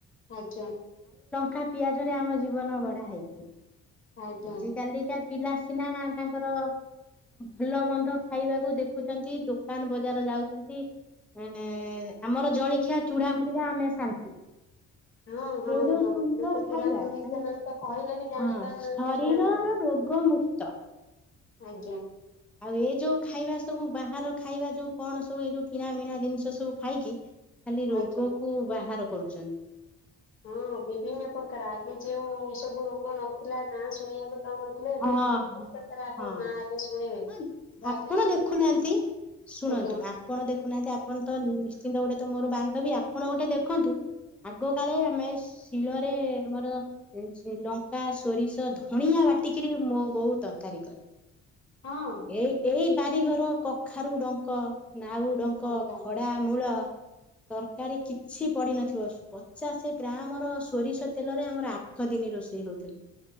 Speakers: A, on the left; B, in the centre.
A: ଆଜ୍ଞା।
B: ଖା ପିଆଜରେ ଆମ ଜୀବନ ଗଢା ହେଇଛି
A: ଆଜ୍ଞା
B: ।ଆଜି କାଲିକା ପିଲା ସିନା ତାଙ୍କର ଭଲ ମନ୍ଧ ଖାଇବାକୁ ଦେଖୁଛନ୍ତି, ଦୋକାନ ବଜାର ଯାଉଚନ୍ତି। ଅ, ନେ ଆମର ଜଳଖିଆ ଚୁଡ଼ା ମୁଢି ରେ ଆମେ ଶାନ୍ତି।
A: ହଁ ହଁ
B: ସେ ଯୋଉ
A: ହଁ।
B: ସୁନ୍ଦର
A: ଏବେ ତ ଚୂଡାମୁଢି
B: ଖାଇବା। ମାନେ
A: ସେମାନେ ତ କହିଲେ
B: ହଁ,
A: ବି ଜାଣି ପାରୁନାହାନ୍ତି
B: ଶରୀରର
A: ଚୂଡାମୁଢି।
B: ରୋଗ ମୁକ୍ତ
A: ଆଜ୍ଞା।
B: ଆଉ ଏଇ ଯୋଉ ଖାଇବା ସବୁ ବାହାର ଖାଇବା ଯୋଉ କଣ ସବୁ ଏ ଯୋଉ କିଣା ମିିଣା ଜିନିଷ ସବୁ ଖାଇକି। ଖାଲି ରୋଗ
A: ଆଜ୍ଞା
B: କୁ ବାହାର କରୁଚନ୍ତି।
A: ହଁ ବିଭିନ୍ନ ପ୍ରକାର ଆଗେ ଯେଉଁ ସବୁ ରୋଗ ନଥିଲା। ନାଁ ଶୁଣିବାକୁ ପାଉ ନଥିଲେ,
B: ହଁ
A: ଏବେ <unintelligible>
B: ହଁ
A: ଥର ଆପଣ
B: ହଁ।
A: ନାଁ ଏବେ ଶୁଣିବେ
B: ହଁ
A: ଯାହାକି
B: ଆପଣ ଦେଖୁନାହାନ୍ତି ଶୁଣନ୍ତୁ
A: ଆଜ୍ଞା
B: ଆପଣ ଦେଖୁନାହାନ୍ତି, ଆପଣ ତ ନିଶ୍ଚିନ୍ତ ଗୋଟେ ତ ମୋର ବାନ୍ଧବୀ। ଆପଣ ଗୋଟେ ଦେଖନ୍ତୁ ଆଗ କାଳେ ଆମେ ଶିଳରେ ଆମର ଏ ଝେ ଲଙ୍କା, ସୋରିଷ, ଧଣିଆ ବାଟ ଏତିକିରେ ମୋ ବୋଉ ତରକାରୀ କରେ।
A: ହଁ
B: ଏଇ ଏଇ ବାରି ଘର କଖାରୁଡଙ୍କ, ନାଉଡଙ୍କ,
A: ଆଜ୍ଞା
B: ଖଡା ମୂଳ। ତରକାରୀ କିଛି ପଡିିନଥିବ, ପଚାଶେ ଗ୍ରାମ ର ସୋରିଷ ତେଲରେ ଆମର ଆଠ ଦିନ ରୋଷ ଷେଇ ହଉଥିଲା।